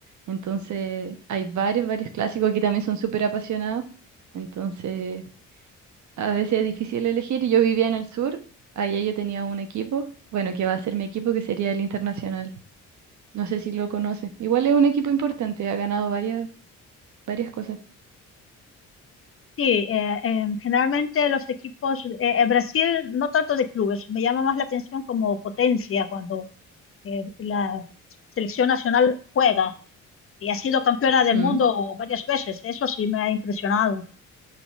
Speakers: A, on the right; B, on the left.
A: Entonces, hay varios, varios clásicos que también son súper apasionados. Entonces, A veces es difícil elegir. y Yo vivía en el sur, allá yo tenía un equipo, bueno, que va a ser mi equipo, que sería el Internacional. No sé si lo conoce. Igual es un equipo importante, ha ganado varias, varias cosas.
B: Sí, eh, em, generalmente los equipos, eh, eh, Brasil no tanto de clubes, me llama más la atención como potencia cuando eh, la selección nacional juega y ha sido campeona
A: Ujú.
B: del mundo varias veces, eso sí me ha impresionado.